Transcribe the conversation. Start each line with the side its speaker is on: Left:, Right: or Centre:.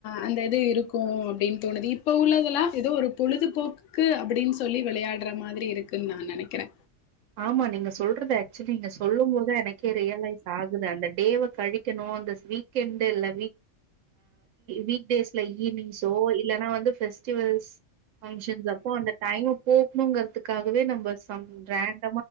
Left: அந்த இது இருக்கு அப்டின்னு தோணுது இப்ப உள்ளதெல்லா ஏதோ ஒரு பொழுதுபோக்குக்கு அப்டின்னு சொல்லி வெளயாடுற மாதிரி இருக்குன்னு நா நெனக்குறே
Right: ஆமா நீங்க சொல்றது ஆக்சுவலி நீங்க சொல்லும் போத எனக்கே ரியலைஸ் ஆகுது அந்த டேவை கழிக்கணு அந்த வீக்ண்ட் இல்ல வீக்டேஸ்ல ஈவினிங்ஸோ இல்லலைன்னா வந்து பெஸ்டிவல்ஸ் பங்கஷன்ஸ் அப்போ அந்த டைம் போகணுங்கறிதுக்காகவே நம்ம சம் ரேன்